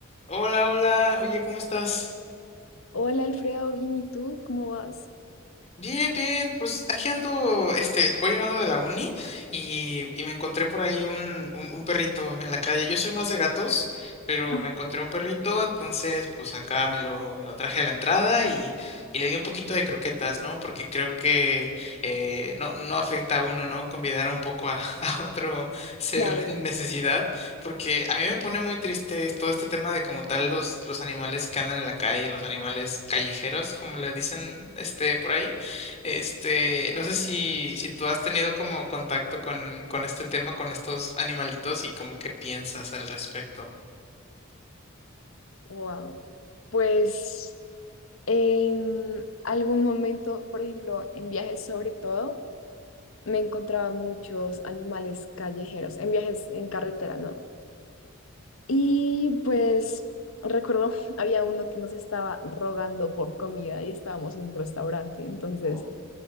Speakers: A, on the left (about 30°); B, on the left (about 80°).
A: Hola, hola, oye, ¿cómo estás?
B: Hola Alfredo, bien, ¿y tú? ¿Cómo vas?
A: Bien, bien, pues aquí ando, este, voy llegando de la uni y, y me encontré por ahí un, un, un perrito en la calle. Yo soy más de gatos, pero
B: Ajá,
A: me encontré un perrito, entonces pues acá me lo, me lo traje a la entrada y, y le di un poquito de croquetas, ¿no? Porque creo que eh, no, no afecta a uno, ¿no? Convidar un poco a, <laughs> a otro ser
B: Claro.
A: en necesidad, porque a mí me pone muy triste es todo este tema de como tal los, los animales que andan en la calle, los animales callejeros, como le dicen, este, por ahí. Este, no sé si, si tú has tenido como contacto con, con este tema, con estos animalitos y como qué piensas al respecto.
B: Wow. Pues en algún momento, por ejemplo, en viajes sobre todo, me encontraba muchos animales callejeros, en viajes en carretera, ¿no? Y pues recuerdo, <laughs> había uno que nos estaba rogando por comida y estábamos en un restaurante, entonces
A: Oh,